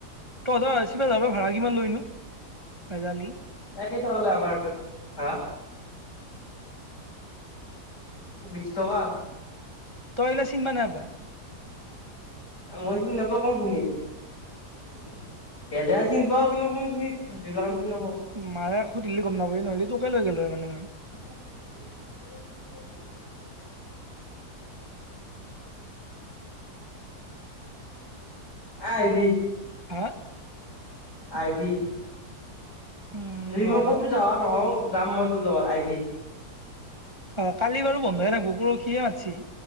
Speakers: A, on the right (about 20°); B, on the left (about 70°).
A: তহঁতৰ, <unintelligible> পৰা ভাড়া কিমান লৈনো? <unintelligible>
B: একেইতো, ক'লে আমাৰ এইটো, ভাড়া। বিশ টকা।
A: তই এনে, চিনিব নাই পৰা?
B: মই চিনি নেপাওঁ, কোন খিনিত? <unintelligible> চিনি পাওঁ। কিন্তু, কোনখিনিত <unintelligible> চিনি নাপাওঁ।
A: মাৰে আকৌ, দিলে গম নাপাব, নহ'লে। তোকে লৈ গ'লো, হয় মানে মই।
B: <unintelligible> আহিবি?
A: হা?
B: আহিবি?
A: উম
B: যদি মই
A: আৰু
B: ক'তো যাৱা নহওঁ, যাম মই তোৰ লগত। আহিবি?
A: অ কালি বাৰু বন্ধহে থাকিবো পৰহি মাতছি।